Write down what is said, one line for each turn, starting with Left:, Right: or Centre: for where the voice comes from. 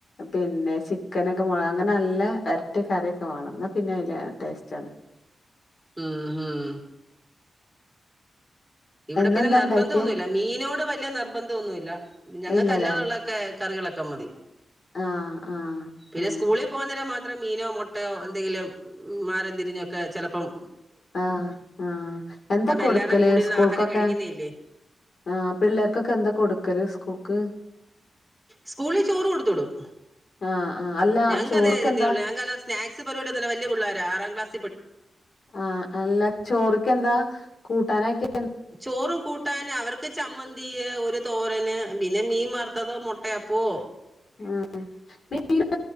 Left: പിന്നെ ചിക്കനൊക്കെ മോ അങ്ങനെ നല്ല വരട്ടിയ കറിയൊക്കെ വേണം എന്ന പിന്നെ ല്ല ടേസ്റ്റ് ആണ്
Centre: ഉം ഉം ഇവിടെ
Left: ഇന്നെന്താ
Centre: പിന്നെ നിർബന്ധം
Left: ഇണ്ടാക്കിയേ
Centre: ഒന്നുല്ല മീനോട് വല്യയ നിർബന്ധം ഒന്നുല്ല ഞങ്ങക്കല്ലാതുള്ളൊക്കെ
Left: ഇല്ലലേ
Centre: കറികളൊക് ക്കം മതി
Left: ആഹ് ആഹ്
Centre: പിന്നെ
Left: ആഹ്
Centre: സ്കൂളി പോകന്നേരം മ ത്ര മീനോ മുട്ടയോ എന്തെങ്കിലും ഉം മറിം തിരിഞ്ഞൊക്കെ ചെലപ്പോം
Left: ആഹ് ആഹ് എന്താ കൊടുക്കല്
Centre: എല്ലാവരുടെയും കൂടിയിരുന്ന്
Left: സ്കൂൾക്കൊക്കെ
Centre: ആഹാരം കഴിക്കുന്നതല്ലേ
Left: ആഹ് പിള്ളർക്കൊക്കെ എന്താ കൊടുക്കല് സ്കൂൾക്ക്
Centre: സ്കൂളി ചോറ് കൊടുത്തു വിടും
Left: ആഹ് ആഹ് അല്ല
Centre: ഞക്ക്
Left: ചോറ്ക്കെന്താ
Centre: അതെ ഗതി ഒള്ളൂ ഞങ്ങക്ക് അല്ലാതെ സ്നാക്സ് പരിപാടി ഒന്നും ഇല്ല വലിയ പുള്ളരാ ആറാം ക്ലാസ്
Left: ആഹ് അല്ല ചോറ്ക്കെന്താ കൂ ട്ടാനൊക്കെ
Centre: ചോറും കൂട്ടാന് അവർക്ക് ചമ്മന്തിയ് ഒരു തോരന് പിന്നെ മീൻ വർത്തതോ മൊട്ടയപ്പോ
Left: ഉം. <unintelligible>